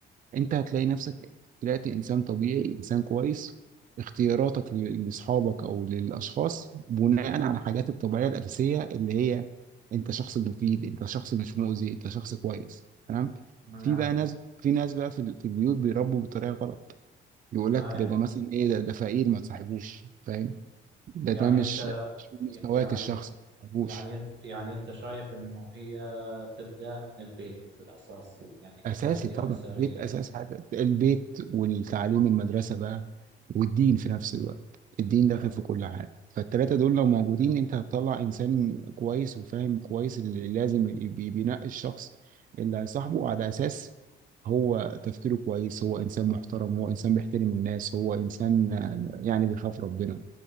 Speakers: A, on the right; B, on the right.
A: انت هتلاقي نفسك طلعت انسان طبيعي انسان كويس اختياراتك ل- لاصحابك او للاشخاص بناء على الحاجات الطبيعيه الاساسيه اللي هي انت شخص مفيد انت شخص مش مؤذي انت شخص كويس تمام
B: نعم
A: في
B: نعم.
A: بقى ناس في ناس بقى في ال- في البيوت بيربوا بطريقه غلط يقول
B: آه
A: لك ده ده مثلا ايه ده ده فقير ما تصاحبوش فاهم ده
B: يعني
A: ده مش
B: أنت
A: مش من مستواك
B: يعني
A: الشخصي ما تصاحبوش
B: يعني انت يعني انت شايف انه هي تبدا من البيت من الاساس يعني كتربيه
A: اساسي طبعا
B: اسريه
A: البيت اساس حاجه البيت والتعليم المدرسه بقى والدين في نفس الوقت الدين داخل
B: ف-
A: في كل حاجه فالتلاته دول لو موجودين انت هتطلع انسان كويس وفاهم كويس اللي لازم يبي- بينقي الشخص اللي هيصاحبه على اساس هو تفكيره كويس هو انسان محترم هو انسان بيحترم الناس هو انسان آه، يعني بيخاف ربنا